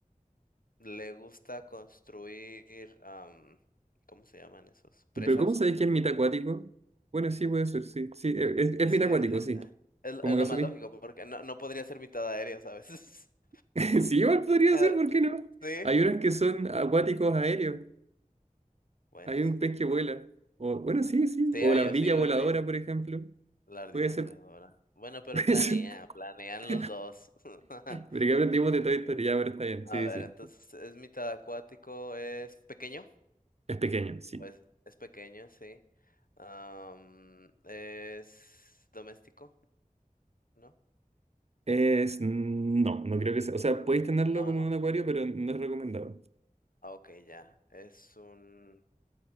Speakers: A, on the left (about 80°); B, on the right (about 50°).
A: Le gusta construir, am, ¿cómo se llaman esos? ¿Presas?
B: Pero ¿cómo sabéis que es mitad acuático? Bueno, sí, puede ser, sí. Sí, es, es
A: Sí,
B: mitad
A: <laughs>
B: acuático,
A: eh,
B: sí.
A: es,
B: Como
A: es
B: que
A: lo
B: asumí.
A: más lógico, porque no, no podría ser mitad aérea, ¿sabes? <laughs>
B: <laughs> Sí, igual podría
A: Ah,
B: ser, ¿por qué no?
A: Sí.
B: Hay unos que son acuáticos aéreos.
A: Bueno,
B: Hay
A: sí.
B: un pez que vuela. O, bueno, sí, sí.
A: Sí,
B: O
A: ah,
B: la
A: yo
B: ardilla
A: sí lo
B: voladora,
A: he visto.
B: por ejemplo.
A: La ardilla
B: Puede ser.
A: voladora. Bueno,
B: <laughs>
A: pero
B: Puede
A: planea,
B: ser.
A: planean
B: <laughs>
A: los dos. <laughs>
B: Pero que aprendimos de toda historia, Ya, pero está bien.
A: A
B: Sí,
A: ver,
B: sí.
A: entonces, ¿es mitad acuático? ¿Es pequeño?
B: Es pequeño, sí.
A: ¿O es, es pequeño, sí? Am, ¿es doméstico? ¿No?
B: Es. No, no creo que sea. O sea, podéis tenerlo
A: No,
B: como
A: no.
B: en un acuario, pero no es recomendado.
A: Ah, ok, ya. Es un...